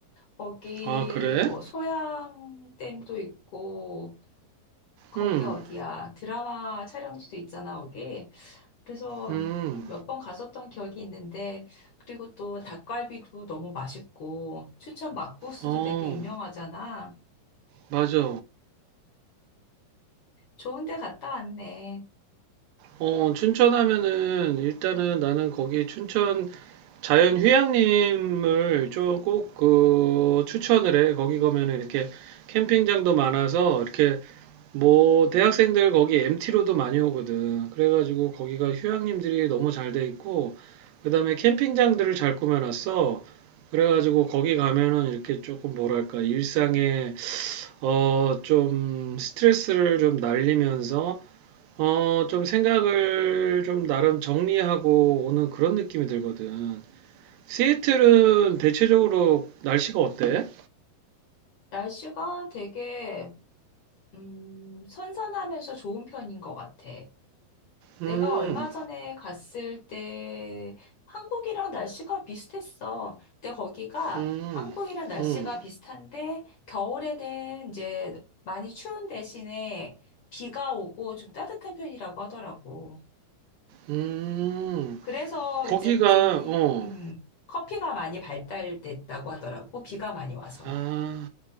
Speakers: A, on the left (about 70°); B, on the right (about 80°).
A: 거기
B: 아, 그래?
A: 뭐 소양댐도 있고 거기
B: 음,
A: 어디야? 드라마 촬영지도 있잖아, 거기. 그래서
B: 음,
A: 음, 몇번 갔었던 기억이 있는데 그리고 또 닭갈비도 너무 맛있고 춘천 막국수도
B: 어,
A: 되게 유명하잖아.
B: 맞아.
A: 좋은 데 갔다 왔네.
B: 어, 춘천 하면은 일단은 나는 거기 춘천 자연휴양림을 좀 꼭 그 추천을 해. 거기 가면은 이렇게 캠핑장도 많아서 이렇게 뭐 대학생들 거기 MT로도 많이 오거든. 그래가지고 거기가 휴양림들이 너무 잘 돼 있고 그다음에 캠핑장들을 잘 꾸며놨어. 그래가지고 거기 가면은 이렇게 조금 뭐랄까 일상의 어, 좀 스트레스를 좀 날리면서 어, 좀 생각을 좀 나름 정리하고 오는 그런 느낌이 들거든. 시애틀은 대체적으로 날씨가 어때?
A: 날씨가 되게 음, 선선하면서 좋은 편인 것 같아.
B: 음,
A: 내가 얼마 전에 갔을 때 한국이랑 날씨가 비슷했어. 근데 거기가
B: 음,
A: 한국이랑 날씨가
B: 음,
A: 비슷한데 겨울에는 이제 많이 추운 대신에 비가 오고 좀 따뜻한 편이라고 하더라고.
B: 음.
A: 그래서
B: 거기가
A: 이제 그쪽이
B: 어,
A: 음, 커피가 많이 발달됐다고 하더라고. 비가 많이 와서.
B: 아,